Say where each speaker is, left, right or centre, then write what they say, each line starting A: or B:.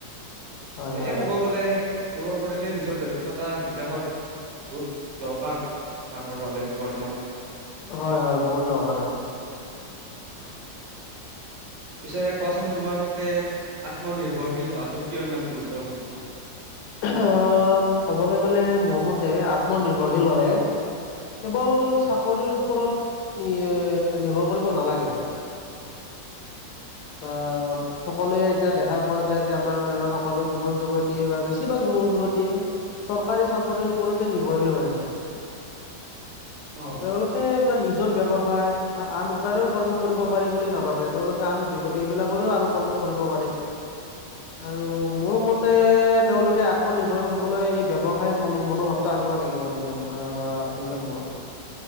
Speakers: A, on the left; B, on the right.
A: হয়
B: সেয়ে
A: হয়।
B: ক'ব গ'লে, এইবোৰ কৰিলে নিজৰ দক্ষতা বিকাশত। বহুত দৰকাৰ, মানুহৰ বাবে বৰ্তমান সময়ত।
A: হয় হয়, বহুত দৰকাৰ।
B: অ', পিছে কোৱাচোন তোমাৰ মতে, আত্মনিৰ্ভৰশীল হোৱাটো কিয় ইমান গুৰুত্বপূৰ্ণ।
A: আহ্ ক'বলৈ গ'লে মোৰ মতে আত্মনিৰ্ভৰশীল হ'লে। কেৱল চাকৰিৰ ওপৰত নিৰ্ভৰ কৰিব নালাগে। বা, সকলোৱে এতিয়া দেখা পোৱা যায় যে, আমাৰ সকলোৱে যুৱক-যুৱতী বা বেছিভাগ যুৱক-যুৱতীয়ে। চৰকাৰী চাকৰিৰ ওপৰতে নিৰ্ভৰশীল হৈ থাকে।
B: অ
A: তেওঁলোকে। বা নিজৰ ব্যৱসায় বা আন উপায়েৰেও উপাৰ্জন কৰিব পাৰি বুলি নাভাবে। তেওঁলোকে আন এইবিলাকৰেও আন উপাৰ্জন কৰিব পাৰি, আৰু
B: অ
A: মোৰ মতে- তেওঁলোকে আত্মনিৰ্ভৰশীল হ'বলৈ এই ব্যৱসায় মনোভাৱটো আনিব লাগিব, নিজৰ আহ নিজৰ ওপৰত।